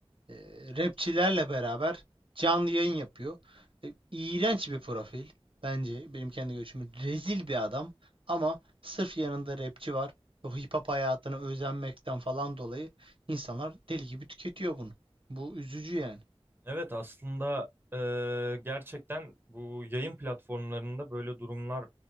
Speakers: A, on the right (about 60°); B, on the right (about 20°).
A: e, rapçilerle beraber canlı yayın yapıyor. E, iğrenç bir profil bence benim kendi görüşüm. Rezil bir adam ama sırf yanında rapçi var. O hip hop hayatına özenmekten falan dolayı insanlar deli gibi tüketiyor bunu. Bu üzücü yani.
B: Evet aslında e, gerçekten bu yayın platformlarında böyle durumlar